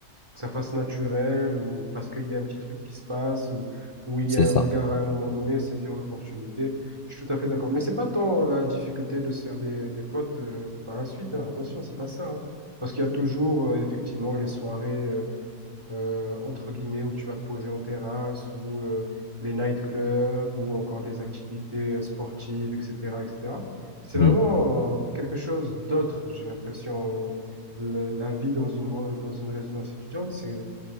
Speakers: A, on the right (about 15°); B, on the left (about 40°).
A: que ça fasse naturel ou parce qu'il y a un petit truc qui se passe ou, ou il
B: c'est
A: y a
B: ça.
A: un regard à un moment donné, saisir l'opportunité. Je suis tout à fait d'accord. Mais c'est pas tant la difficulté de se faire des, des potes euh, par la suite, hein. Attention, c'est pas ça. hein. Parce qu'il y a toujours euh, effectivement les soirées. euh, euh, entre guillemets, où tu vas te poser en terrasse, ou euh, les nightclubs, ou encore des activités euh, sportives, etc., etc. C'est
B: Hmm.
A: vraiment euh, quelque chose d'autre, j'ai l'impression. euh, le- la vie dans une, re- dans une résidence étudiante, c'est,